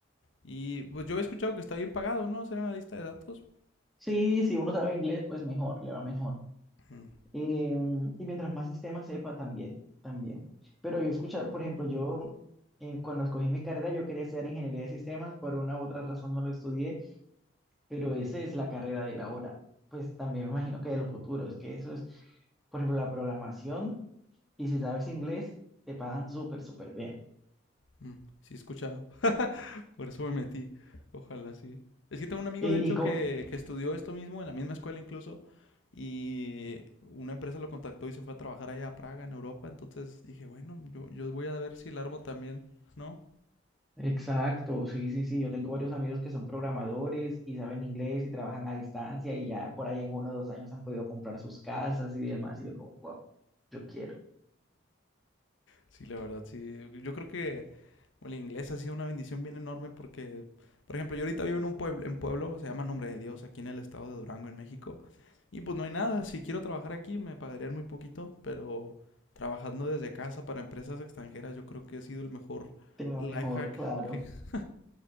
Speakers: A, on the left (about 70°); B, in the centre.
A: Y pues yo he escuchado que está bien pagado, ¿no? Ser analista de datos.
B: Sí, si uno sabe inglés, pues mejor, le va mejor.
A: Mm,
B: Eh, y mientras más sistemas sepa, también, también. Pero yo escucha, por ejemplo, yo eh, cuando escogí mi carrera, yo quería estudiar ingeniería de sistemas, por una u otra razón no lo estudié, pero esa es la carrera de la hora. Pues también me imagino que de los futuros, es que eso es, por ejemplo, la programación, y si sabes inglés, te pagan súper, súper bien.
A: mm, sí, he escuchado. Por eso me metí. Ojalá sí. Es que tengo un amigo,
B: ¿Y,
A: de hecho,
B: y co-
A: que, que estudió esto mismo en la misma escuela incluso. Y una empresa lo contactó y se fue a trabajar allá a Praga, en Europa. Entonces dije, bueno, yo, yo voy a ver si el armo también, ¿no?
B: Exacto, sí, sí, sí. Yo tengo varios amigos que son programadores y saben inglés y trabajan a distancia y ya por ahí en uno o dos años han podido comprar sus casas y demás. Y yo como, wow, yo quiero.
A: Sí, la verdad, sí. Yo creo que O El inglés ha sido una bendición bien enorme porque, por ejemplo, yo ahorita vivo en un pueblo, en pueblo, se llama Nombre de Dios, aquí en el estado de Durango, en México. Y pues no hay nada, si quiero trabajar aquí me pagarían muy poquito, pero trabajando desde casa para empresas extranjeras yo creo que ha sido el mejor
B: Tengo
A: life
B: mejor,
A: hack,
B: claro,
A: que- <laughs>